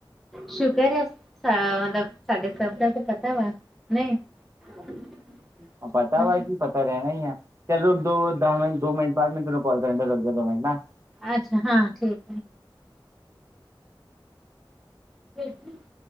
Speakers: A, in the centre; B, on the right.
A: ਸ਼ੁਕਰ ਆ ਮਤਲਬ ਸਾਡੇ ਸਭ ਦਾ ਤਾਂ ਪਤਾ ਵਾ ਨਹੀਂ। <inaudible>
B: ਪਤਾ
A: ਹਨਾ।
B: ਵਾ ਕੀ ਪਤਾ ਰਹਿਣਾ ਈਂ ਆਂ, ਚੱਲੋ ਦੋ ਦਸ ਮਿੰਟ ਦੋ ਮਿੰਟ ਬਾਅਦ ਮੈਂ ਤੈਨੂੰ <inaudible> ਲ ਕਰਨ ਦਾ ਰੱਗਦਾ ਨਾ <unintelligible>
A: ਅੱਛਾ ਹਾਂ ਠੀਕ ਫ <unintelligible>